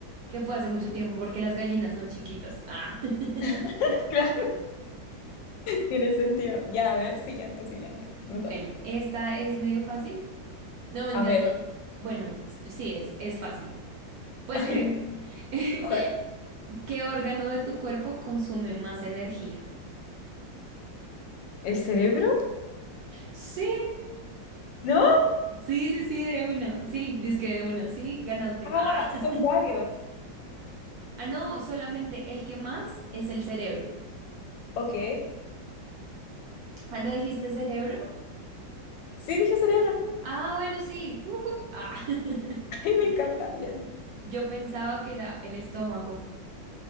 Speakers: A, on the right (about 65°); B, on the left (about 75°).
A: que fue hace mucho tiempo porque las gallinas son chiquitas. Ah.
B: <laughs>
A: <laughs>
B: Claro, tiene sentido. Ya, a ver, siguiente, siguiente. Me
A: Bueno,
B: toca.
A: esta es medio fácil. No me entiendo.
B: A ver.
A: Bueno, sí sí es, es fácil. Pues
B: <laughs> Ay,
A: creo. <laughs>
B: ojalá.
A: ¿Qué órgano de tu cuerpo consume más energía?
B: ¿El cerebro?
A: Sí,
B: ¿No?
A: Sí, sí, sí, de una. Sí, que de una. Sí, ganaste.
B: Ah,
A: Ah. <laughs>
B: son varios.
A: Ah, no, solamente el que más es el cerebro.
B: Ok.
A: Ah, ¿no dijiste cerebro?
B: Sí, dije cerebro.
A: Ah, bueno, sí. Ujú. Ah. <laughs>
B: <laughs> Ay, me encanta, bien.
A: Yo pensaba que era el estómago,